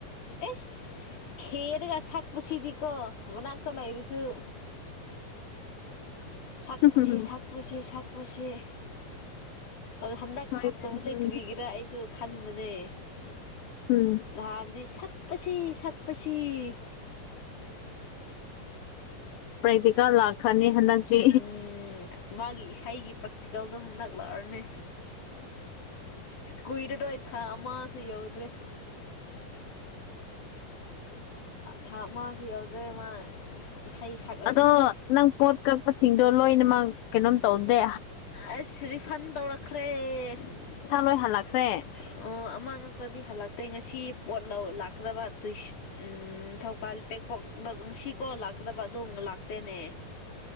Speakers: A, on the left; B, on the left.
A: ꯑꯦꯁ ꯈꯦꯔꯒ ꯁꯛꯄꯁꯤꯗꯤꯀꯣ ꯃꯅꯥꯛꯇ ꯂꯩꯔꯁꯨ ꯁꯛꯄꯁꯤ
B: ꯎꯝ
A: ꯁꯛꯄꯁꯤ ꯁꯛꯄꯁꯤ ꯑꯗꯨꯣ ꯍꯟꯗꯛ
B: ꯍꯣꯏꯅꯦ
A: ꯁꯛꯇꯕꯁꯦ
B: ꯎꯝ
A: ꯀ꯭ꯔꯤꯒꯤꯦꯔꯥ ꯑꯩꯁꯨ ꯈꯟꯕꯅꯦ
B: ꯎꯝ
A: ꯅꯍꯥꯟꯗꯤ ꯁꯛꯄꯁꯤ ꯁꯛꯄꯁꯤ
B: ꯄ꯭ꯔꯦꯛꯇꯤꯀꯦꯜ ꯂꯥꯛꯈ꯭ꯔꯅꯤ ꯍꯟꯗꯛꯇꯤ
A: ꯎꯝ ꯃꯥꯒꯤ ꯏꯁꯩꯒꯤ ꯄ꯭ꯔꯥꯛꯇꯤꯀꯦꯜꯗꯣ ꯍꯟꯗꯛ ꯂꯥꯛꯔꯅꯤ ꯀꯏꯗꯇ꯭ꯔꯣꯏ ꯊꯥ ꯑꯃꯥ ꯁꯨ ꯌꯧꯗꯔꯦ ꯊꯥ ꯑꯃꯁꯨ ꯌꯧꯗ꯭ꯔꯦ ꯃꯥ ꯏꯁꯩ ꯁꯛꯂꯅꯤ
B: ꯑꯗꯣ ꯅꯪ ꯄꯣꯠ ꯀꯛꯄꯁꯤꯡꯗꯣ ꯂꯣꯏꯅꯃꯛ ꯀꯩꯅꯣꯝ ꯇꯧꯗ꯭ꯔꯦ
A: ꯑꯁ ꯔꯤꯐꯟ ꯇꯧꯔꯛꯈ꯭ꯔꯦ ꯄꯩꯁꯥ
B: ꯂꯣꯏ ꯍꯜꯂꯛꯈ꯭ꯔꯦ
A: ꯂꯣꯏ꯭ꯟ ꯍꯂꯛꯈ꯭ꯔꯦ ꯑꯣ ꯑꯃꯥꯡꯉꯛꯇꯗꯤ ꯍꯜꯂꯛꯇꯦ ꯉꯁꯤ ꯄꯣꯠ ꯂꯥꯛꯀꯗꯕ ꯇꯨꯏꯁ ꯎꯝ ꯊꯧꯀꯜ ꯄꯦꯛꯄꯣꯛ ꯉꯁꯤꯀꯣ ꯂꯥꯛꯇꯕ ꯑꯗꯨꯝ ꯂꯥꯛꯇꯦꯅꯦ